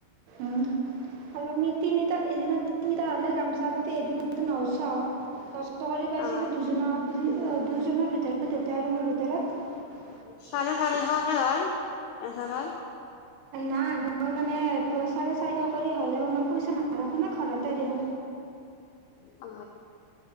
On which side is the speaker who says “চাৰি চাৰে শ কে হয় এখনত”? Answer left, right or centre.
Left